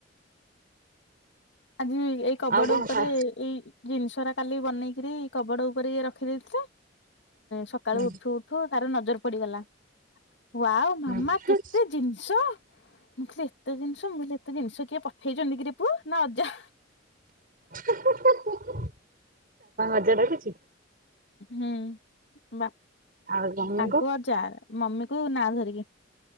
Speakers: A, on the left; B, on the right.
A: ଆଜି ଏଇ କବଡ
B: ଆଉ କଣ
A: ଉପରେ
B: ଖା
A: ଏଇ ଜିନିଷ ରା କାଲି ବନେଇକିରି କବଡ ଉପରେ ଇଏ ରଖିଦେଇଥିଲେ ସକାଳୁ
B: ହୁଁ
A: ଉଠୁ ଠୁ ତାର ନଜର ପଡିଗଲା ୱାଓ ମାମା
B: ହୁଁ
A: କେତେ ଜିନିଷ। ମୁଁ କହିଲି ଏତେ ଜିନିଷ ମୁଁ କହିଲି ଏତେ ଜିନିଷ କିଏପଠେଇଛନ୍ତି କିରେ ପୁଅ ନା ଅଜା।
B: ତ ବାପାଙ୍କୁ ଅଜାଡାକୁଛି।
A: ହୁଁ
B: ଆଉ ମମିଙ୍କୁ
A: ତାଙ୍କୁ ଅଜା ମମିକୁ ନା ଧରିକି।